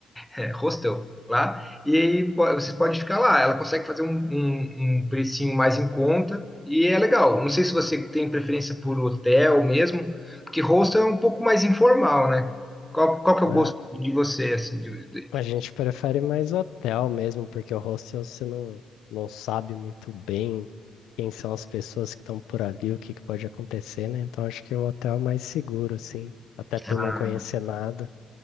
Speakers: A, in the centre; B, on the left.
A: é, hostel lá, e aí po- vocês podem ficar lá. Ela consegue fazer um, um, um precinho mais em conta e é legal. Não sei se você tem preferência por hotel mesmo, porque hostel é um pouco mais informal, né? Qual, qual que
B: Na-
A: é o gosto de você, assim, de, de- de-
B: A gente prefere mais hotel mesmo, porque o hostel você não, não sabe muito bem quem são as pessoas que estão por ali, o que que pode acontecer, né? Então acho que o hotel é mais seguro, assim, até por
A: Ah,
B: não conhecer nada.